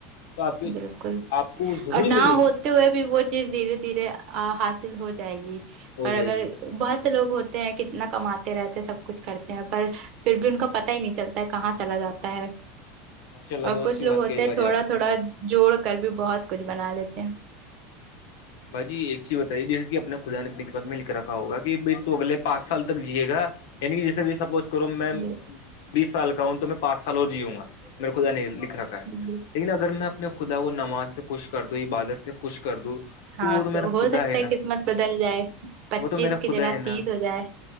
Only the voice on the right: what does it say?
بالکل
اور نہ
ہوتے ہوئے بھی وہ چیز دھیرے دھیرے حاصل ہو جائے گی
پر
اگر
بہت لوگ ہوتے ہیں کتنا کماتے رہتے ہیں سب کچھ کرتے ہیں پر پھر بھی ان کا پتا ہی نہیں چلتا کہاں چلا جاتا ہے
اور
کچھ
لوگ
ہوتے
ہیں
تھوڑا
تھوڑا جوڑ کر بھی بہت کچھ بنا لیتے ہیں
بالکل
جی
ہاں
تو ہو
سکتا ہے
قسمت بدل جائے پچیس
کی
جگہ
تیس ہو جائے